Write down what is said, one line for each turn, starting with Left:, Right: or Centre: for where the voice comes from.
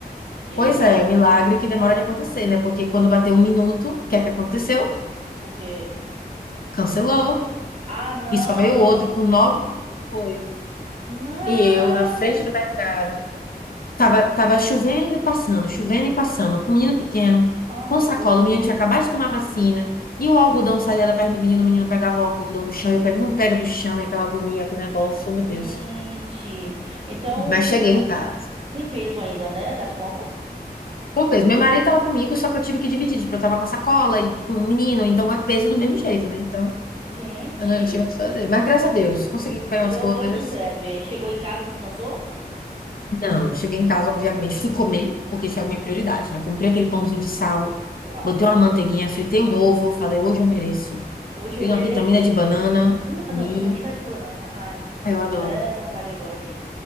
Right: Que.
Left: Pois é, milagre que demora
Right: Não.
Left: de acontecer, né? Porque quando bateu um minuto, o que é que aconteceu?
Right: O quê?
Left: Cancelou.
Right: Meu- Ah, não!
Left: E só veio outro com nove minutos depois.
Right: Não!
Left: E eu, na frente do mercado, Tava, tava chovendo e passando, chovendo e passando, com o menino pequeno,
Right: Ai,
Left: com
Right: meu
Left: sacola,
Right: Deus.
Left: o menino tinha acabado de tomar vacina, e o algodão saía da perna do menino, o menino pegava o algodão do chão, e eu pego, não pega do chão, e aquela agonia, aquele negócio, oh,
Right: Gente.
Left: meu Deus.
Right: Então,
Left: Mas cheguei em casa.
Right: com peso ainda, né? Das compras?
Left: Com peso. Meu marido tava comigo, só que eu tive que dividir, tipo, eu tava com a sacola e com o menino, então é peso do mesmo jeito, né? Então,
Right: Gente,
Left: eu não tinha o que fazer. Mas graças a Deus, consegui pegar
Right: deu,
Left: umas coisas,
Right: deu tudo certo. E aí chegou em casa, descansou?
Left: Não, cheguei em casa, obviamente, fui comer, porque isso é a minha prioridade, né? Comprei aquele pãozinho de sal,
Right: Claro.
Left: botei uma manteiguinha, fritei um ovo, falei, hoje eu mereço.
Right: Hoje
Left: Fiz
Right: eu mereço.
Left: uma vitamina de banana,
Right: Uh,
Left: comi.
Right: não, vitamina de banana. Ai, me
Left: Ah, Eu
Right: deu
Left: adoro,
Right: até vontade agora aqui.